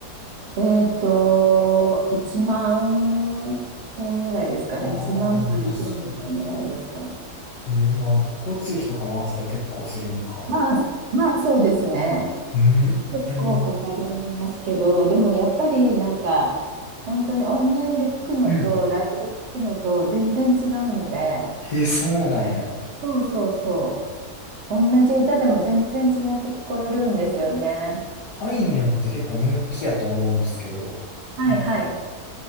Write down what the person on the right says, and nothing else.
えっと、1万円ぐらいですかね。
1万から1万5千円ぐらいですかね。
まあ、まあそうですね。
結構かかりますけど、
でもやっぱりなんか、本当に音源で聞くのとライブで聞くのと全然違うんで、
そうそうそう。同じ歌でも全然違って聞こえるんですよね。
はいはい。